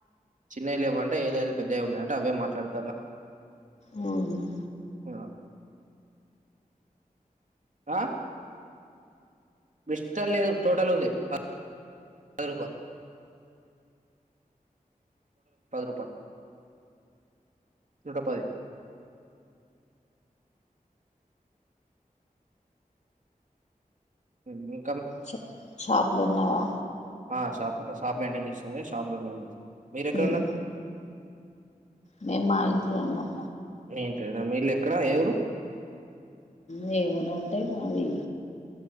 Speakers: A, on the right (about 60°); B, on the left (about 50°).
A: చిన్నాయి లేవు అంట ఏదోదో పెద్దవి ఉన్నాయంట అవే మాట్లాడుతాన
B: మ్మ్
A: పద ఆ మిస్టర్ లేదు టోటల్ ఉంది ఆ పది నూట పది రూపాలు నూట పది పెందలు
B: ష షాప్ లో ఉన్నావా
A: ఆ షాప్ షాప్ మెయింటైన్ చేస్తుంది షాప్ లో ఉంద మీరెక్కడున్నారు
B: ఉమ్ మేము మా ఇంట్లో ఉన్నాం
A: ఏంటి వీళ్ళు ఎక్కడ ఏ ఊరు
B: దేవుడుంటే మాది